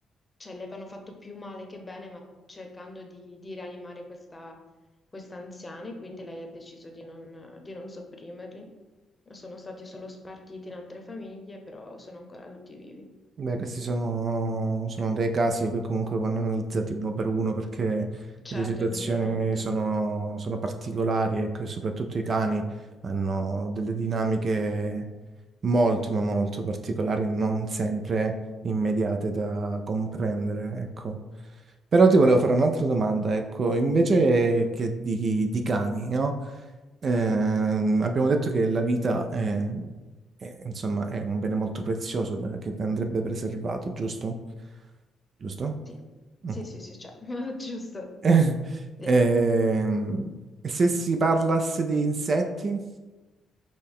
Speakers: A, on the left; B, on the right.
A: cioè le avevano fatto più male che bene, ma cercando di, di rianimare questa, questa anziana e quindi lei ha deciso di non, di non sopprimerli. Sono stati solo spartiti in altre famiglie, però sono ancora tutti vivi.
B: Beh, questi sono, sono dei casi che comunque vanno analizzati uno per uno perché
A: Certo,
B: le situazioni
A: indubbiamente.
B: sono, sono particolari ecco, e che soprattutto i cani hanno delle dinamiche molto, ma molto particolari, non sempre immediate da comprendere, ecco. Però ti volevo fare un'altra domanda, ecco, invece che di, di cani, no? Ehm, abbiamo detto che la vita è eh, insomma, è un bene molto prezioso da- che andrebbe preservato, giusto? Giusto?
A: Sì, sì,
B: Mm.
A: sì, sì, cioè, <laughs> giusto.
B: <laughs> Eh,
A: Sì.
B: Ehm, e se si parlasse di insetti?